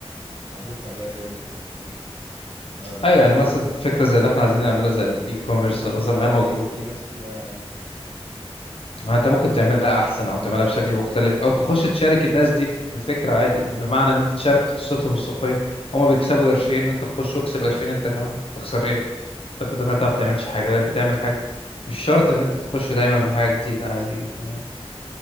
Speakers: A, on the right; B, on the left.
A: ابص عليها دايما تبقى موجوده ما بحسش
B: ايوه يعني مثلا
A: ان انا
B: فكرة زي اللي احنا عايزين نعملها زي الاي كوميرس
A: جيت ابص
B: ده مثلا
A: عليها
B: ما هي موجود
A: لقيت في ناس كتير قوي عاملين
B: ما انت ممكن تعملها احسن او تعملها بشكل مختلف او تخش تشارك الناس دي في الفكره عادي بمعنى ان انت تشارك حصتهم السوقيه هما بيكسبوا قرشين وانت تخش واكسب قرشين انت كمان تخسر ايه طب بدل ما انت ما بتعملش حاجه بتعمل حاجه مش شرط ان انت تخش دايما بحاجه جديده عادي جدا يعني